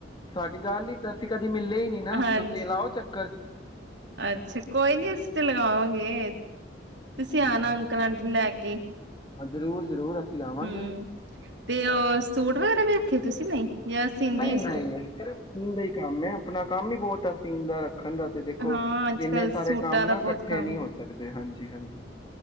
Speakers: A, on the left (about 25°); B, on the right (about 80°).
A: ਸਾਡੀ ਗੱਲ ਹੀ ਤਾਂ ਅਸੀਂ ਕਦੇ ਮਿਲਲੇ ਹੀ ਨੀ ਨਾ,
B: ਹਾਂਜੀ,
A: ਤੁਸੀਂ ਲਾਓ ਚੱਕਰ।
B: ਅੱਛਾ ਕੋਈ ਨੀ ਅਸੀਂ ਤੇ ਲਗਾਵਾਂਗੇ। ਤੁਸੀਂ
A: ਹਾਂਜੀ
B: ਆਣਾ
A: ਹਾਂ
B: ਅੰਕਲ ਆਂਟੀ ਨੂੰ ਲੈ ਕੇ,
A: ਹਾਂ ਜ਼ਰੂਰ ਜ਼ਰੂਰ ਅਸੀਂ ਆਵਾਂਗੇ
B: ਹਮ ਤੇ ਓ ਸੂਟ ਵਗੈਰਾ ਵੀ ਰੱਖੇ ਤੁਸੀਂ, ਨਹੀਂ। ਜਾਂ ਸੀਂਦੇ
A: ਨਹੀਂ
B: ਈ
A: ਨਹੀਂ
B: ਸਿਰਫ
A: ਸਿਰਫ ਸੀਣ ਦਾ ਹੀ ਕੰਮ ਹੈ ਆਪਣਾ ਕੰਮ ਹੀ ਬਹੁਤ ਆ ਸੀਨ ਦਾ ਰੱਖਣ ਦਾ ਤੇ ਦੇਖੋ
B: ਹਾਂ ਅੱਜ-ਕੱਲ
A: ਇੰਨੇ
B: ਸੂਟਾਂ
A: ਸਾਰੇ ਕੰਮ ਨਾ
B: ਦਾ ਬਹੁਤ
A: ਇਕੱਠੇ
B: ਕੰਮ
A: ਨਹੀਂੀ ਹੋ ਸਕਦੇ ਹਾਂ ਹਾਂਜੀ <unintelligible>